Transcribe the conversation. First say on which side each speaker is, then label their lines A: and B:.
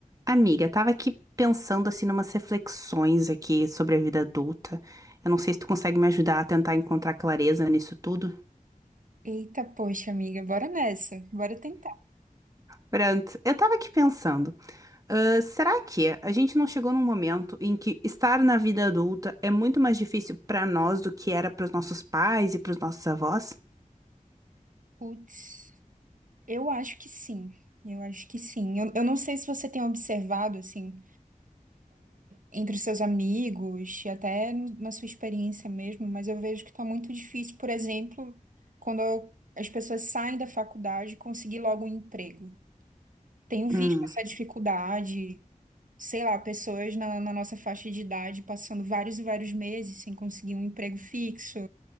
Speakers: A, on the right (about 25°); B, on the right (about 70°).
A: Amiga, tava aqui pensando assim numas reflexões aqui sobre a vida adulta. Eu não sei se tu consegue me ajudar a tentar encontrar clareza nisso tudo.
B: Eita, poxa, amiga, bora nessa. Bora tentar.
A: Pronto, eu tava aqui pensando, ah, será que a gente não chegou num momento em que estar na vida adulta é muito mais difícil pra nós do que era pros nossos pais e pros nossos avós?
B: Putz, eu acho que sim. Eu acho que sim. Eu, eu não sei se você tem observado, assim, entre os seus amigos, e até no- na sua experiência mesmo, mas eu vejo que tá muito difícil, por exemplo, quando eu- as pessoas saem da faculdade, conseguir logo um emprego. Tenho visto
A: Hum,
B: essa dificuldade, sei lá, pessoas na, na nossa faixa de idade passando vários e vários meses sem conseguir um emprego fixo.